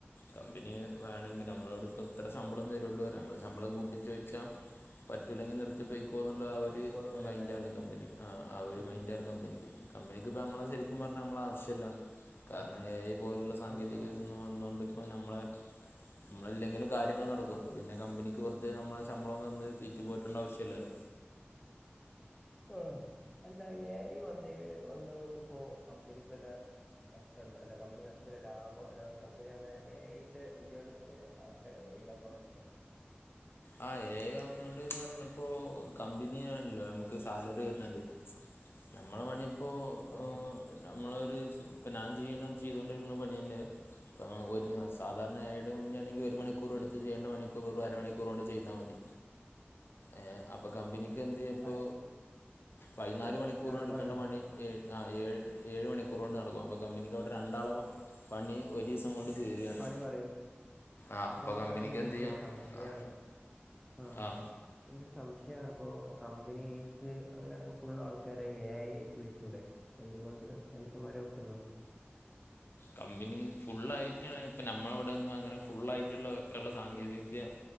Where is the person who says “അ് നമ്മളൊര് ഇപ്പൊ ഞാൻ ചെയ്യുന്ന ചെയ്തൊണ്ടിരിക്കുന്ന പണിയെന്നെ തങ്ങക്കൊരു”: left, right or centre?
Left